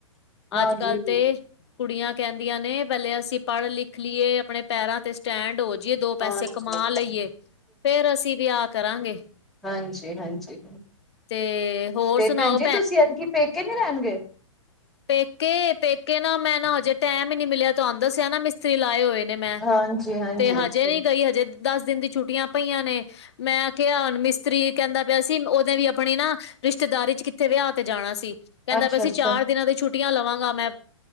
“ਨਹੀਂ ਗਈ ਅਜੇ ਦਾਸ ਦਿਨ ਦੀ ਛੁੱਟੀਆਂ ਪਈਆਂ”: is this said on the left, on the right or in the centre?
Left